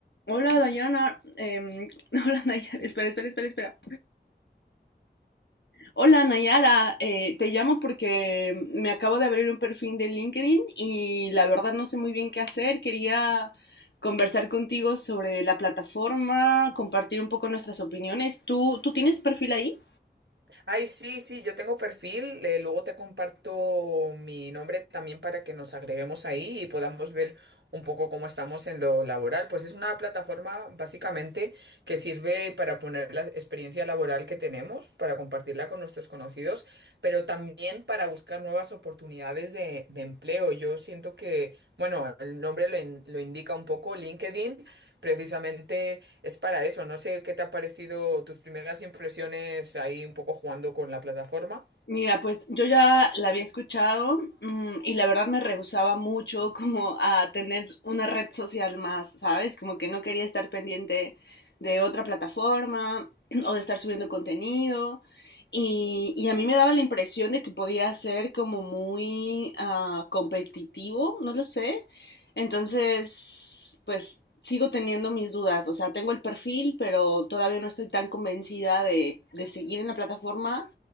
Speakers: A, on the left; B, on the right.
A: Hola Dayana, em, <laughs> hola Nayara, espera, espera, espera, espera. Hola Nayara, eh, te llamo porque me acabo de abrir un perfil de LinkedIn y la verdad no sé muy bien qué hacer. Quería conversar contigo sobre la plataforma, compartir un poco nuestras opiniones. ¿Tú, tú tienes perfil ahí?
B: Ay, sí, sí, yo tengo perfil, eh, luego te comparto mi nombre también para que nos agreguemos ahí y podamos ver un poco cómo estamos en lo laboral. Pues es una plataforma básicamente que sirve para poner la experiencia laboral que tenemos, para compartirla con nuestros conocidos, pero también para buscar nuevas oportunidades de, de empleo. Yo siento que, bueno, el nombre lo, in- lo indica un poco, LinkedIn precisamente es para eso. No sé qué te ha parecido tus primeras impresiones ahí un poco jugando con la plataforma.
A: Mira, pues yo ya la había escuchado, mm, y la verdad me rehusaba mucho como a tener una red social más, ¿sabes? Como que no quería estar pendiente de otra plataforma <clears throat> o de estar subiendo contenido. Y, y a mí me daba la impresión de que podía ser como muy ah, competitivo, no lo sé. Entonces, pues sigo teniendo mis dudas. O sea, tengo el perfil, pero todavía no estoy tan convencida de de seguir en la plataforma